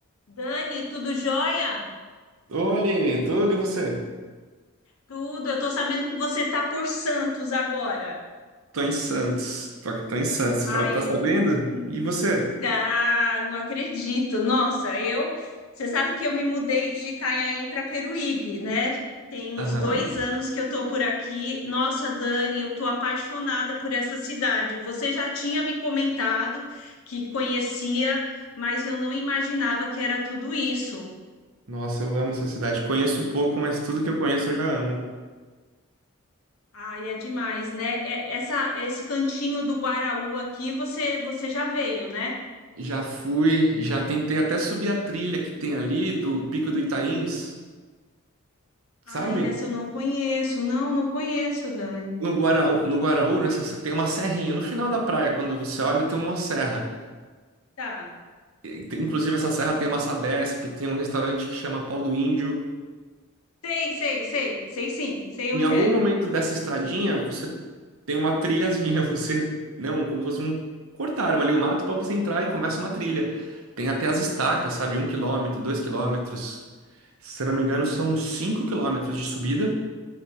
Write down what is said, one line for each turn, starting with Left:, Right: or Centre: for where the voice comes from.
Left: Dani, tudo jóia?
Right: Ô, Aline, tudo e você?
Left: Tudo. Eu tô sabendo que você tá por Santos agora.
Right: Tô em Santos. Tô, aqui- tô em Santos, sabe?
Left: Ai,
Right: Tá sabendo?
Left: n-
Right: E você?
Left: ah, não acredito. Nossa, eu. Você sabe que eu me mudei de Itanhaém para Peruíbe, né? Tem uns
Right: Aham.
Left: dois anos que eu tô por aqui. Nossa, Dani, eu tô apaixonada por essa cidade. Você já tinha me comentado que conhecia, mas eu não imaginava que era tudo isso.
Right: Nossa, eu amo essa cidade. Conheço pouco, mas tudo que eu conheço eu já amo.
Left: Ai, é demais, né? É- Essa, esse cantinho do Guaraú aqui, você, você já veio, né?
Right: Já fui, já tentei até subir a trilha que tem ali do Pico do Itains,
Left: Ai,
Right: sabe?
Left: essa eu não conheço. Não, não conheço, Dani.
Right: No Guaraú, no Guaraú, nessa, se- tem uma serrinha. No final da praia, quando você olha, tem uma serra.
Left: Tá.
Right: E tem- Inclusive, essa serra tem uma Sabesp, tem um restaurante que chama Pau do Índio.
Left: Sei, sei, sei. Sei sim. Sei
Right: Em
Left: onde
Right: algum
Left: é.
Right: momento dessa estradinha, você tem uma trilhazinha, <laughs> você, não, como se fosse um, cortaram ali o mato para você entrar e começa uma trilha. Tem até as estacas, sabe? Um quilômetro, dois quilômetros. Se eu não me engano, são cinco quilômetros de subida.